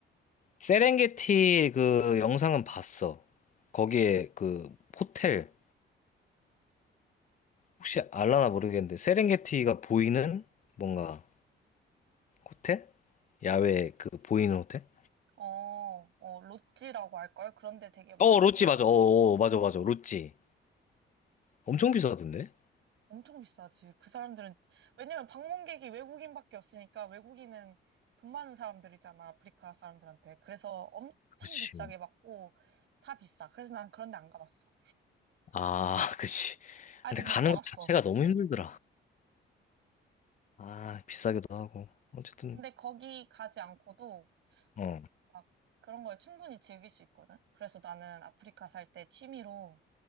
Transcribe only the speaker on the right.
어, 어, 로찌라고 할걸? 그런데 되게 많고,
엄청 비싸지. 그 사람들은, 왜냐면 방문객이 외국인밖에 없으니까, 외국인은 돈 많은 사람들이잖아, 아프리카 사람들한테. 그래서 엄청
비싸게 받고, 다 비싸. 그래서 난 그런 데 안 가봤어.
아직
못 가봤어.
근데 거기 가지 않고도,
막 그런 걸 충분히 즐길 수 있거든. 그래서 나는 아프리카 살 때 취미로